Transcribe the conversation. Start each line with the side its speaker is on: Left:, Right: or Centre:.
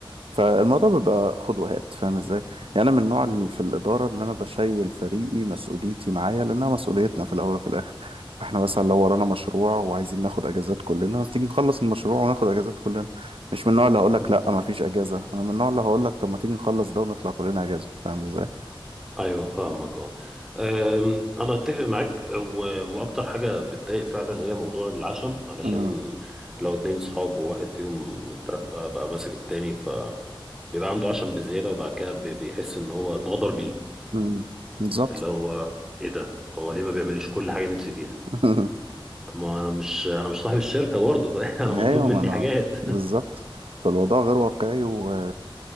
Right: فالموضوع بيبقى خد وهات فاهم ازاي يعني انا من النوع اللي
Centre: مم.
Right: في الاداره ان انا بشيل فريقي مسؤوليتي معايا لانها مسؤوليتنا في الاول وفي الاخر فاحنا مثلا
Centre: مم.
Right: لو ورانا مشروع وعايزين ناخد اجازات كلنا تيجي نخلص المشروع وناخد اجازات كلنا مش من النوع اللي هقول لك
Centre: مم.
Right: لا ما فيش اجازه انا من النوع اللي هقول لك طب ما تيجي نخلص ده ونطلع كلنا اجازه فاهم ازاي
Centre: ايوه فاهمك اه أم، انا اتفق معاك و... واكتر حاجه بتضايق فعلا هي موضوع العشم علشان
Right: مم.
Centre: لو اتنين صحاب وواحد فيهم اترقى بقى ماسك التاني فبيبقى عنده عشم بزياده وبعد كده بي- بيحس ان هو اتغدر بيه
Right: مم. بالظبط
Centre: اللي هو ايه ده هو ليه ما بيعمليش كل حاجه نفسي فيها
Right: <laughs>
Centre: طب ما انا مش انا مش صاحب الشركه برضه <laughs> فانا
Right: ايوه
Centre: مطلوب مني
Right: ما انا
Centre: حاجات
Right: بالظبط فالوضع غير واقعي و